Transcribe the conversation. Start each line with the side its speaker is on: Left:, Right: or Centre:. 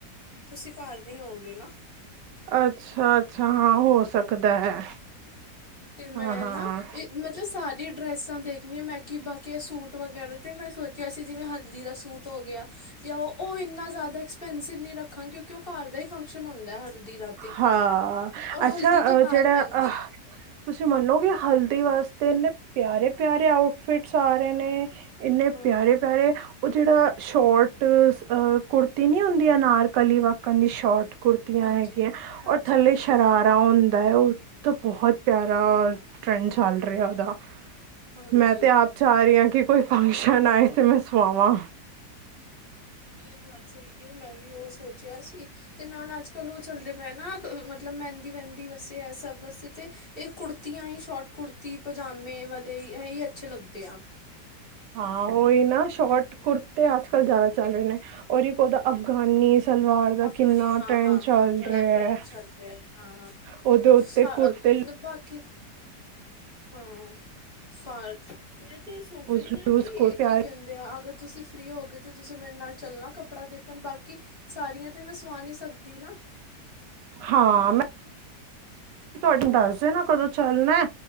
Left: ਤੁਸੀਂ ਘਰ ਨ ਹੋਗੇ ਨਾ
Right: ਅੱਛਾ ਅੱਛਾ ਹਾਂ ਹੋ ਸਕਦਾ ਹੈ
Left: ਤੇ ਮੈਂ
Right: ਹਾਂ ਹਾਂ
Left: ਨਾ ਇਹ ਮਤਲਬ ਸਾਰੀ ਡਰੈਸਾਂ ਦੇਖਣੀਆਂ ਮੈਂ ਕਿ ਬਾਕੀ ਇਹ ਸੂਟ ਵਗੈਰਾ ਤੇ ਮੈਂ ਸੋਚਿਆ ਸੀ ਜਿਵੇਂ ਹਲਦੀ ਦਾ ਸੂਟ ਹੋ ਗਿਆ ਤੇ ਉਹ ਇੰਨਾ ਜ਼ਿਆਦਾ ਐਕਸਪੈਂਸਿਵ ਨਹੀ ਰਾਖਾ ਕਿਉਂਕਿ ਉਹ ਘਰ ਦਾ ਹੀ ਫੰਕਸ਼ਨ ਹੁੰਦਾ ਹਲਦੀ ਦਾ ਤੇ
Right: ਹਾਂ
Left: ਔਰ
Right: ਅੱਛਾ
Left: ਹਲਦੀ ਤੋਂ
Right: ਅਹ
Left: ਬਾਅਦ
Right: ਜਿਹੜਾ
Left: ਮਹਿੰਦੀ
Right: ਅਹ ਤੁਸੀਂ ਮੰਨੋਗੇ, ਹਲਦੀ ਵਾਸਤੇ ਇੰਨੇ ਪਿਆਰੇ-ਪਿਆਰੇ ਆਊਟਫਿਟਸ ਆ ਰਹੇ ਨੇ ਇੰਨੇ
Left: ਹਮ
Right: ਪਿਆਰੇ-ਪਿਆਰੇ ਉਹ ਜਿਹੜਾ ਸ਼ੋਟ ਕੁੜਤੀ ਨੀ ਹੁੰਦੀ, ਅਨਾਰਕਲੀ ਵਾਕਣ ਦੀ ਸ਼ੋਟ ਕੁੜਤੀਆਂ
Left: ਹਾਂਜੀ
Right: ਹੈਗੀਆਂ
Left: ਹਾਂਜੀ
Right: ।ਔਰ ਥੱਲੇ
Left: ਹਾਂਜੀ
Right: ਸ਼ਰਾਰਾ ਹੁੰਦਾ ਹੈ ਉਹ ਬਹੁਤ ਪਿਆਰਾ ਟਰੈਂਡ ਚੱਲ ਰਿਹਾ। ਉਹਦਾ
Left: ਹਾਂਜੀ
Right: ਮੈਂ ਤੇ ਆਪ ਚਾਹ ਰਹੀ ਹਾਂ ਕੀ ਕੋਈ ਫੰਕਸ਼ਨ ਆਏ ਤੇ ਮੈਂ ਸੁਵਾਵਾ
Left: ਇਹ ਗੱਲ ਸਹੀ ਹੈ। ਮੈਂ ਵੀ ਉਹ ਸੋਚਿਆ ਸੀ ਤੇ ਨਾਲ ਅੱਜ ਕੱਲ ਉਹ ਚੱਲਦੇ ਪਏ ਨਾ। ਮਤਲਬ ਮਹਿੰਦੀ ਵਹਿੰਦੀ ਵਾਸਤੇ ਹੈ ਸਭ ਵਾਸਤੇ ਤੇ ਇਹ ਕੁੜਤੀਆਂ ਹੀ ਸ਼ੋਰਟ ਕੁੜਤੀ ਤੀ ਪਜਾਮੇ ਵਾਲੇ ਇਹੀ ਅੱਛੇ ਲੱਗਦੇ ਆ
Right: ਹਾਂ। ਉਹੀ ਨਾ ਸ਼ੋਰਟ ਕੁੁਰਤੇ ਆਜ ਕੱਲ ਜ਼ਿਆਦਾ ਚਲ ਰਹੇ ਨੇ ਓਰ ਏਕ ਓਦ੍ਹਾ ਅਫਗਾਨੀ ਸਲਵਾਰ ਦਾ
Left: ਅਫਗਾਨੀ
Right: ਕਿੰਨਾ
Left: ਹਾਂ-ਹਾਂ
Right: ਟਰੈਂਡ ਚੱਲ
Left: ਹਾਂ ਬੜਾ
Right: ਰਿਹਾ
Left: ਟਰੈਂਡ ਚੱਲ ਰਿਹਾ ਹੈ
Right: ਉਹਦੇ ਉੱਤੇ ਕੁੜਤੇ
Left: ਬਾਕੀ ਹਾਂ ਫਾਰ ਮੈਂ ਤੇ ਸੋਚ
Right: ਲੂਜ
Left: ਰਹੀ ਹਾਂ
Right: ਲੂਜ
Left: ਕਿ
Right: ਕੁੜਤੇ
Left: ਕੀ
Right: ਆ।
Left: ਕਹਿੰਦੇ ਆ ਅਗਰ ਤੁਸੀਂ ਫਰੀ ਹੋਗੇਏ ਤੁਸੀਂ ਮੇਰੇ ਨਾਲ ਚੱਲਣਾ ਕੱਪੜਾ ਦੇਖਣ ਬਾਕੀ ਕਿ ਸਾਰੀਆਂ ਤੇ ਮੈਂ ਸਵਾ ਨ ਸਕਦੀ ਨਾ
Right: ਹਾਂ ਮੈਂ ਤੁਹਾਨੂੰ ਦੱਸ ਦਿ ਨਾ ਕਦੋਂ ਚੱਲਣਾ